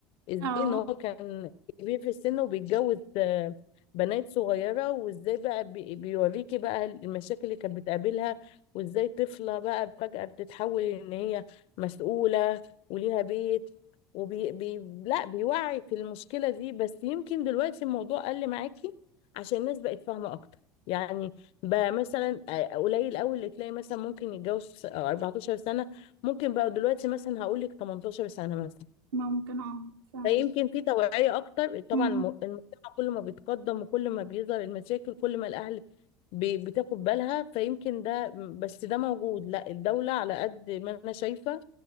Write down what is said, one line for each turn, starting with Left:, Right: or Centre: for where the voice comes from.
Left: ازاي
Right: أه
Left: ان هو كان كبير في السن وبيتجوز آه، بنات صغيرة وازاي بقى بي- بيوريكي بقى المشاكل اللي كانت بتقابلها وازاي طفلة بقى فجأة بتتحول ان هي مسؤولة وليها بيت وبي بي لا بيوعي في المشكلة دي بس يمكن دلوقتي الموضوع قل معاكي عشان الناس بقت فاهمة اكتر يعني بقى مثلا آه، قليل قوي اللي تلاقي مثلا ممكن يتجوز في س- آه، 14 سنة ممكن بقى دلوقتي مثلا هقول لك 18 سنة مثلا
Right: ممكن أه فعلا
Left: فيمكن في توعية أكتر طبعا
Right: مم.
Left: الم- المجتمع كل ما بيتقدم وكل ما بيظهر المشاكل كل ما الأهل بي- بتاخد بالها فيمكن ده بس ده موجود لا الدولة على قد ما أنا شايفة